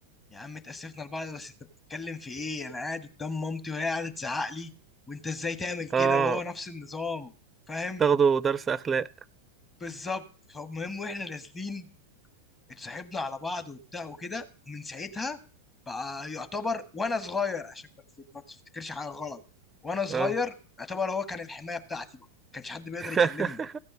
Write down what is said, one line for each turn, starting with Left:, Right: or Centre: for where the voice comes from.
Left: يا عم اتأسفنا لبعض بس انت بتتكلم في ايه انا قاعد قدام مامتي وهي قاعدة تزعق لي وانت ازاي تعمل
Right: اه
Left: كده وهو نفس النظام فاهم
Right: تاخدوا درس اخلاق
Left: بالظبط فالمهم واحنا نازلين اتصاحبنا على بعض وبتاع وكده ومن ساعتها بقى يعتبر وانا صغير عشان ما تف- ما تفتكرش حاجة غلط وانا صغير
Right: اه
Left: يعتبر هو كان الحماية بتاعتي بقى ما كانش حد بيقدر
Right: <laughs>
Left: يكلمني